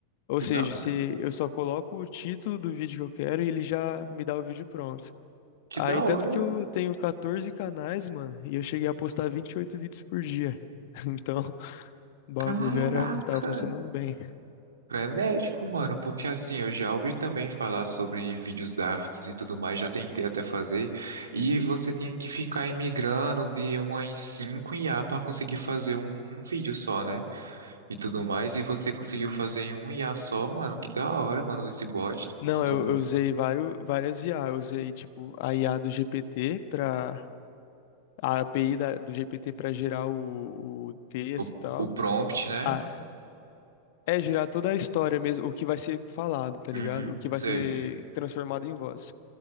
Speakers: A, on the left; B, on the right.
A: Ou
B: Que
A: seja,
B: da,
A: se eu só coloco o título do vídeo que eu quero e ele já me dá o vídeo pronto.
B: que
A: Aí,
B: da hora.
A: tanto que eu tenho 14 canais, mano, e eu cheguei a postar 28 vídeos por dia. <laughs> Então, o bagulho
B: Caraca,
A: era, tava funcionando bem.
B: frenético, mano, porque assim, eu já ouvi também falar sobre vídeos darks e tudo mais, já tentei até fazer, e você tem que ficar imigrando de uma em cinco 5 a pra conseguir fazer um, um vídeo só, né? E tudo mais, e você conseguiu fazer em um I a só, mano, que da hora, mano, esse bot,
A: Não,
B: tudo
A: eu,
B: mais.
A: eu usei vários, várias IA. Eu usei, tipo, a IA do GPT para a API da- do GPT para gerar o, o texto
B: O,
A: e tal.
B: o prompt, né?
A: Ah, é gerar toda a história mesmo, o que vai ser falado, tá ligado?
B: Uhum,
A: O que vai
B: sei.
A: ser transformado em voz.